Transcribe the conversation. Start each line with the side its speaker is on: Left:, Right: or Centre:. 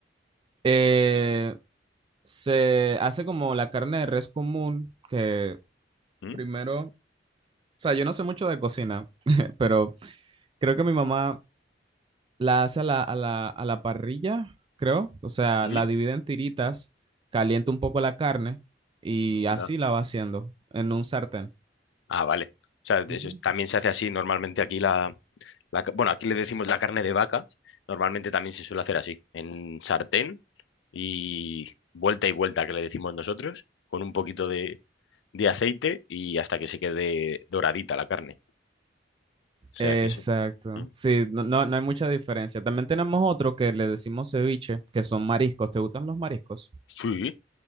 Right: Eh, se hace como la carne de res común, que
Left: ¿Mm?
Right: primero, o sea, yo no sé mucho de cocina, <laughs> pero... Creo que mi mamá la hace a la, a la, a la parrilla, creo. O sea,
Left: ¿Mm?
Right: la divide en tiritas, calienta un poco la carne y así
Left: Anda.
Right: la va haciendo en un sartén.
Left: Ah, vale. O sea, de
Right: Ujú.
Left: eso, es- también se hace así. Normalmente aquí la, la ca- Bueno, aquí le decimos la carne de vaca. Normalmente también se suele hacer así, en sartén y vuelta y vuelta, que le decimos nosotros, con un poquito de de aceite y hasta que se quede doradita la carne. O sea
Right: Exacto.
Left: que eso. Mm.
Right: Sí, no, no, no hay mucha diferencia. También tenemos otro que le decimos ceviche, que son mariscos. ¿Te gustan los mariscos?
Left: Sí,